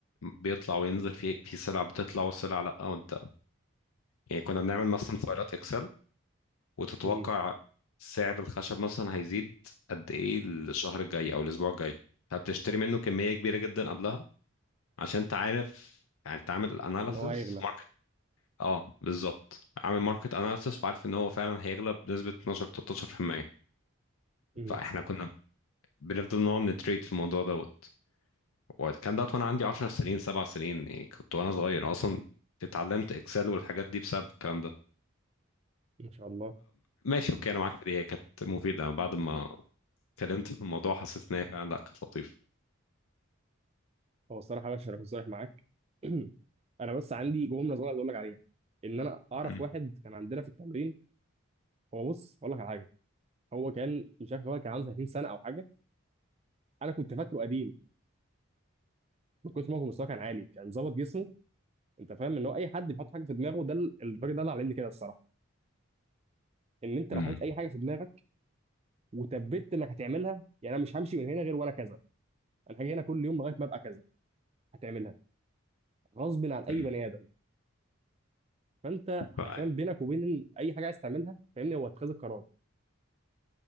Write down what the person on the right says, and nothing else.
مهم.
ان هو هيغلب
مهم.
ما شاء الله
هو الصراحه يا باشا انا كنت صريح معاك <clears throat> انا بس عندي جمله صغيره عايز اقول لك عليها ان انا اعرف
واحد كان عندنا في التمرين هو بص اقول لك على حاجه هو كان مش عارف هو كان عنده 30 سنه او حاجه انا كنت فاكره قديم من كتر ما هو مستواه كان عالي كان ظابط جسمه انت فاهم ان هو اي حد بيحط حاجه في دماغه ده ال- الراجل ده اللي علمني كده الصراحه ان انت لو
حطيت اي حاجه في دماغك وثبت انك هتعملها يعني انا مش همشي من هنا غير وانا كذا انا هاجي هنا كل يوم لغايه ما ابقى كذا هتعملها غصب عن اي
بني ادم فانت حرفيا
بينك وبين اي حاجه عايز تعملها فاهمني هو اتخاذ القرار